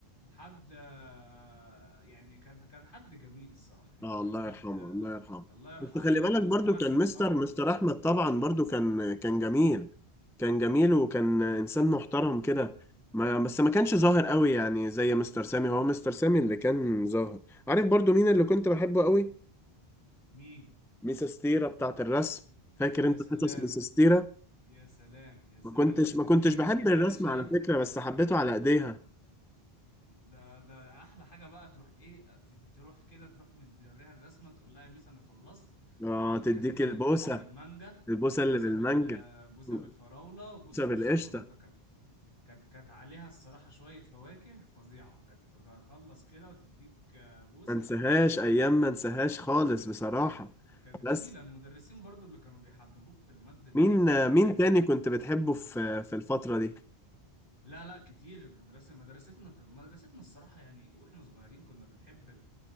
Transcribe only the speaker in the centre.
اه
الله
يرحمه
الله يرحمه
بس خلي
بالك
برضو
كان مستر
مستر
احمد
طبعا
برضو كان كان جميل كان جميل وكان انسان محترم كده ما بس ما كانش ظاهر قوي يعني زي مستر سامي هو مستر سامي اللي كان ظاهر عارف برضو مين اللي كنت بحبه قوي
ميس ستيرة بتاعت الرسم فاكر
انت
حصص ميس ستيرة
ما كنتش
ما كنتش
بحب
الرسم على فكرة بس حبيته على ايديها
اه
تديك
البوسة
البوسة
اللي بالمانجا
البوسة
بالقشطة
ما انساهاش ايام ما انساهاش خالص بصراحة
بس
مين مين
تاني كنت بتحبه في في الفترة دي